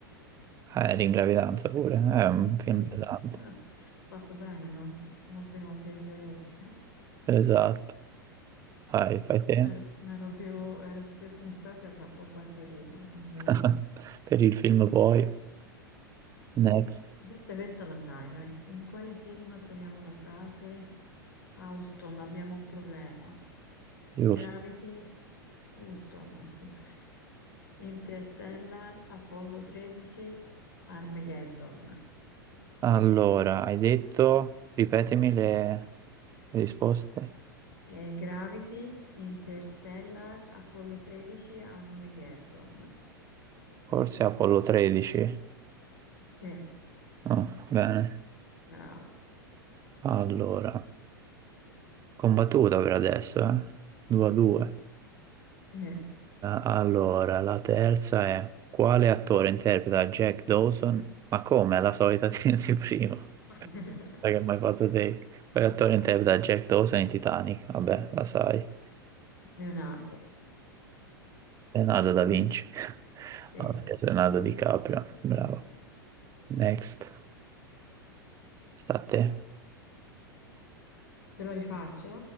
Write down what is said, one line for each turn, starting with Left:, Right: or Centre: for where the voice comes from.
Right: Eh, l'ingravidanza pure, è un film
Left: Sì.
Right: pesante.
Left: <laughs> Fatto bene, no? Molte cose gioiose. <laughs>
Right: Esatto, vai, fai te.
Left: Ero, ero più, ero più stressata e fra un po' partorivo, va bene.
Right: <laughs> Per il film poi,
Left: Sì,
Right: next,
Left: forse questa la sai, dai. In quale film troviamo la frase Houston, abbiamo un problema?
Right: giusto.
Left: Gravity, Houston, scusa. <laughs> Interstellar, Apollo 13, Armageddon.
Right: Allora, hai detto, ripetemi le le risposte.
Left: E Gravity, Interstellar, Apollo 13, Armageddon.
Right: Forse Apollo 13.
Left: Sì,
Right: Ah, bene.
Left: bravo.
Right: Allora, combattuta per adesso, eh? 2 a 2.
Left: Sì.
Right: allora, la terza è quale attore interpreta Jack Dawson? Ma come, è la solita <laughs> di di prima.
Left: <laughs>
Right: Sai che mi hai fatto te? Quell'attore interpreta Jack Dawson in Titanic, vabbè, la sai.
Left: Leonardo.
Right: Leonardo da Vinci. <laughs>
Left: Sì.
Right: Allora, sì, Leonardo DiCaprio, bravo. Next, sta a te.
Left: Te lo rifaccio?